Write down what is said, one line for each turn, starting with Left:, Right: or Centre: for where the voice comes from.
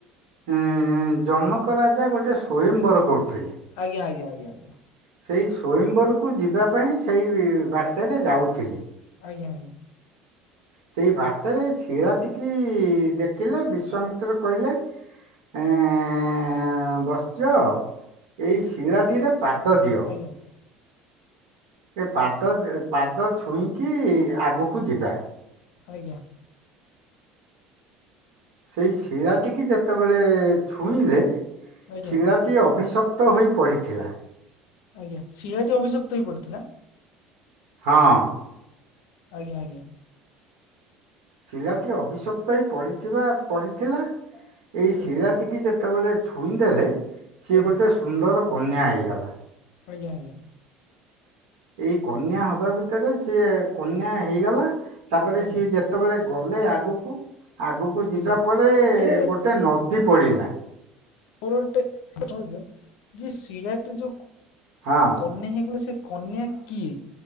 Right: ଏଁ ଜନକ ରାଜା ଗୋଟେ ସ୍ଵୟମ୍ବର କରୁଥିଲେ।
Left: ଆଜ୍ଞା ଆଜ୍ଞା ଆଜ୍ଞା ଆଜ୍ଞା।
Right: ସେଇ ସ୍ଵୟମ୍ବରକୁ ଯିବା ପାଇଁ ସେଇ ବାଟରେ ଯାଉଥିଲେ।
Left: ଆଜ୍ଞା ଆଜ୍ଞା।
Right: ସେଇ ବାଟରେ ଶିଳା ଟିକି ଦେଖିଲେ। ବିଶ୍ଵାମିତ୍ର କହିଲେ ଏଁ ବଚ୍ସ୍ୟ ଏଇ ଶିଳାଟିରେ ପାଦ ଦିଅ।
Left: <inaudible>
Right: ଏ ପାଦ, ଯେ ପାଦ ଛୁଇଁକି ଆଗକୁ ଯିବା।
Left: ଆଜ୍ଞା।
Right: ସେଇ ଶିଳାଟିିକି ଯେତେବେଳେ ଛୁଇଁଲେ,
Left: ଆଜ୍ଞା
Right: ଶିଳା ଟି ଅଭିଶପ୍ତ ହୋଇ ପଡ଼ିଥିଲା।
Left: ଆଜ୍ଞା। ଶିଳାଟି ଅଭିସପ୍ତ ହୋଇ ପଡ଼ିଥିଲା?
Right: ହଁ।
Left: ଆଜ୍ଞା ଆଜ୍ଞା।
Right: ଶିଳାଟି ଅଭିିଶପ୍ତ ହେଇ ପଡିଥିବା, ପଡିଥିଲା ଏଇ
Left: ଆଜ୍ଞା
Right: ଶିଳାଟି କି ଯେତେ ଯେତେବେଳେ ଛୁଇଁଦେଲେ, ସିଏ
Left: ଆଜ୍ଞା
Right: ଗୋଟେ ସୁନ୍ଦର କନ୍ୟା ହେଇଗଲା।
Left: ଆଜ୍ଞା ଆଜ୍ଞା।
Right: ଏଇ କନ୍ୟା ହବା ଭିତରେ ସିଏ କନ୍ୟା ହେଇଗଲା ତାପରେ
Left: ଆଜ୍ଞା
Right: ସିଏ ଯେତ ଯେତେବେଳେ ଗଲେ ଆଗକୁ, ଆଗକୁ ଯିବା
Left: ଆଜ୍ଞା
Right: ପରେ
Left: ଯେ
Right: ଗୋଟେ ନଦୀ ପଡିଲା।
Left: ମୋର ଗୋଟେ ପ୍ରଶ୍ନଟେ ଯେ ସିଳା ଟେ ଯୋଉ
Right: ହଁ।
Left: କନ୍ୟା ହେଇଗଲେ ସେ କନ୍ୟା କିଏ?